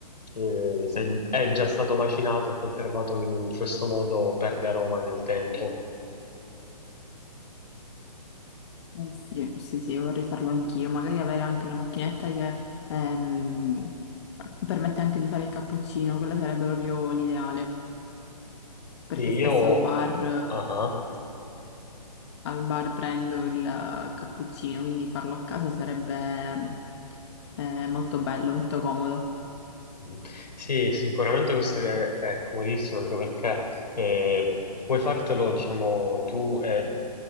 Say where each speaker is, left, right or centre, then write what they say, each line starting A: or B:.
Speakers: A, on the left; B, on the left.
A: eh, se è già stato macinato e conservato in questo modo perde aroma nel tempo.
B: Eh, Sì, sì, sì, vorrei farlo anch'io. Magari avere anche una macchinetta che ehm, permette anche di fare il cappuccino, quella sarebbe proprio l'ideale. Perché
A: Sì,
B: spesso
A: io...
B: al bar,
A: ah ah.
B: al bar prendo il eh, cappuccino, quindi farlo a casa sarebbe eh, molto bello, molto comodo.
A: Mm. Sì, sicuramente questo è, è comodissimo anche perché eh, puoi fartelo, diciamo, tu e